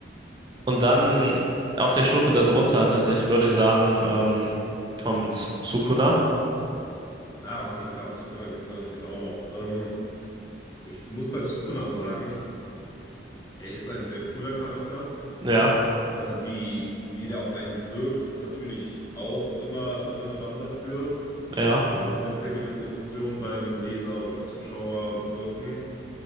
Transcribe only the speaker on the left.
Ah, okay, klar. Sukuna gibt es ja natürlich auch noch. Ähm, ich muss bei Sukuna sagen, er ist ein sehr cooler Charakter.
Also wie, wie der auf einen wirkt, ist natürlich auch immer relevant dafür,
weil du willst ja gewisse Emotionen beim Leser oder Zuschauer bewirken.